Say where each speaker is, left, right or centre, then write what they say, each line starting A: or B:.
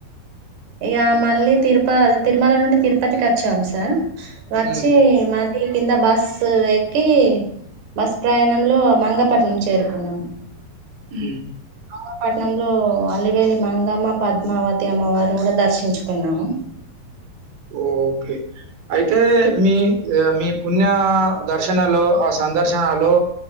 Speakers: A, on the right; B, on the right.
A: ఇక మళ్ళీ తిరుప తిరుమల నుండి తిరుప ప్పతికి వచ్చాం సర్ వచ్చి
B: హ్మ్.
A: మళ కింద బస్సు ఎక్కి బస్ ప్రయాణంలో మంగపట్నం చేరుకున్నాము
B: ఊ
A: మంగపట్నంలో అలివేలి మంగమ్మ పద్మావతి అమ్మవారిని కూడా దర్శించుకున్నాము
B: ఓకే అయితే మీ మీ పుణ్య దర్శనాలో ఆ స సందర్శనలో